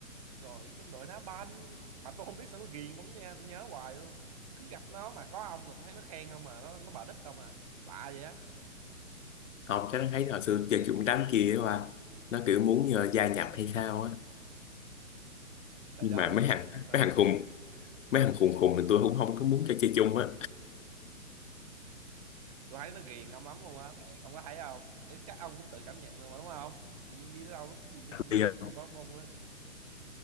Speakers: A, on the right; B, on the left.
A: rồi trong đội đá banh mà tôi không biết sao nó ghiền ông nha tôi nhớ hoài luôn cứ gặp nó mà có ông là tôi thấy nó khen ông mà nó nó bà đích ông à lạ vậy á
B: không chắc nó thấy hồi xưa chơi chung đám kia mà nó kiểu muốn nhờ gia nhập hay sao á
A: là
B: nhưng
A: do
B: mà
A: nó muốn
B: mấy
A: gia
B: thằng
A: nhập hả
B: mấy thằng khùng mấy thằng khùng khùng thì tôi cũng không có muốn cho chơi chung á
A: tôi thấy nó ghiền ông lắm luôn á Ờ, ông có thấy không Ê, chắc ông cũng tự cảm nhận rồi mà đúng không chị Duyên đi đến đâu nó cái gì nó cũng
B: Bây giờ
A: bóp ông á